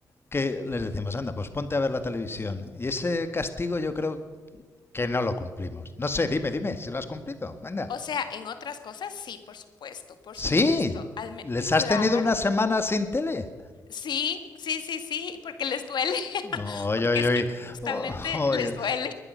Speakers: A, on the left (about 30°); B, on the left (about 65°).
A: que les decimos, anda, pues ponte a ver la televisión. Y ese castigo yo creo que no lo cumplimos. No sé, dime, dime, si lo has cumplido. Venga.
B: O sea, en otras cosas sí, por supuesto, por
A: Sí,
B: supuesto. Al me-
A: les
B: cl-
A: has
B: claro.
A: tenido una semana sin tele.
B: Sí, sí, sí, sí, porque les duele, <laughs>
A: Oye,
B: porque
A: oye,
B: sé que justamente
A: oye.
B: les duele.